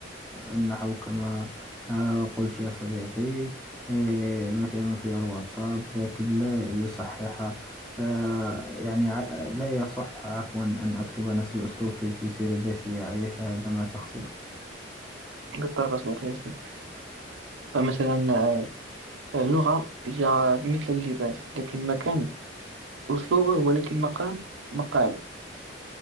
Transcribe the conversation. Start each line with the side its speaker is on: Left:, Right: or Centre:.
Centre: النحو كما آه، قلت يا صديقي آه، مثلا في الواتساب لكن لا يصحح آه، يعني ع- لا يصح عفوا أن أكتب نفس الأسلوب في في سيرة ذاتية أليس هذا ما تقصد؟
Right: بالطبع القياسي فمثلا آه، اللغة هي مثل اللباس لكن المكان أسلوبه ولكن المقام مقاله